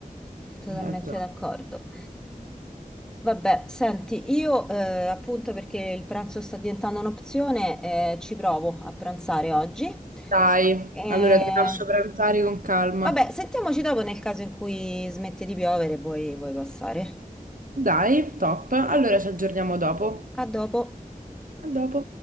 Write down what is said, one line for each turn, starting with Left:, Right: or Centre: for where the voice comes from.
Centre: Totalmente
Right: Eh, già.
Centre: d'accordo. Vabbè, senti, io eh, appunto perché il pranzo sta diventando un'opzione, eh, ci provo a pranzare oggi.
Right: Dai,
Centre: E...
Right: allora ti lascio pranzare con calma.
Centre: Vabbè, sentiamoci dopo nel caso in cui smette di piovere e vuoi vuoi passare.
Right: Dai, top. Allora ci aggiorniamo dopo.
Centre: A dopo.
Right: A dopo.